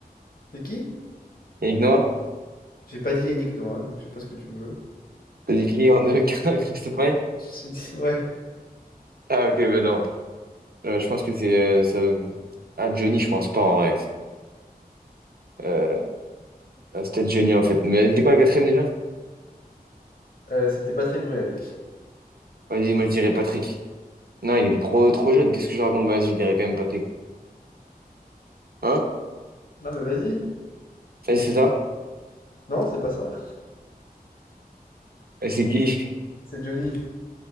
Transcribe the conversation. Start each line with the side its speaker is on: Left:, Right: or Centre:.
Left: C'est qui?
Right: Yannick Noah?
Left: J'ai pas dit Yannick Noah, donc je sais pas ce que tu me veux.
Right: T'as dit qui en deux, <laughs> Christophe Payet?
Left: J'ai dit- <laughs> Ouais,
Right: Ah, ok, ben non. Euh, je pense que c'est... euh, ça... Ah, Johnny, je pense pas, en vrai. Euh, ah, c'était Johnny, en fait. Mais c'était quoi la quatrième, déjà?
Left: Euh, c'était Patrick Bruel.
Right: Vas-y, moi, je dirais Patrick. Non, il était trop, trop jeune. Qu'est-ce que je raconte? Bah, Vas-y, je dirais quand même Patrick. Hein?
Left: Non mais vas-y.
Right: Vas-y, c'est ça?
Left: Non, c'est pas ça.
Right: Et c'est qui?
Left: C'est Johnny.